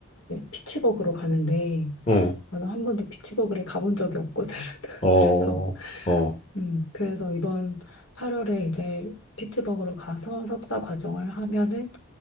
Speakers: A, on the left; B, on the left.
A: 피츠버그로 가는데
B: 어,
A: 나는 한 번도 피츠버그를 가본 적이 없거든. <laughs>
B: 어,
A: 그래서
B: 어,
A: 음, 그래서 이번 8월에 이제 피츠버그로 가서 석사 과정을 하면은